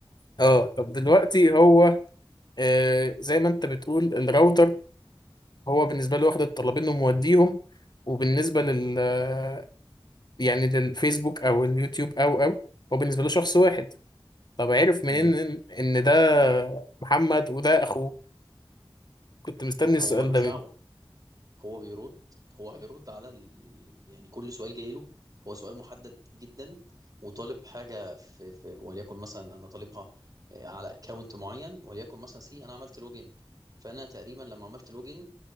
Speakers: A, on the left; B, on the right.
A: اه طب دلوقتي هو آه زي ما انت بتقول الراوتر هو بالنسبة له واخد الطلبين وموديهم وبالنسبة لل آه، يعني للفيسبوك او اليوتيوب او او هو بالنسبة له شخص واحد طب عرف منين
B: امم
A: ان إن ده محمد وده اخوه كنت مستني السؤال
B: هو ملوش
A: ده
B: دعوه هو بيرد هو هيرد على ال... يعني كل سؤال جاي له هو سؤال محدد جدا وطالب حاجه في, في وليكن مثلا انا طالبها آه، على اكونت معين وليكن مثلا سي انا عملت لوجن فانا تقريبا لما عملت لوجن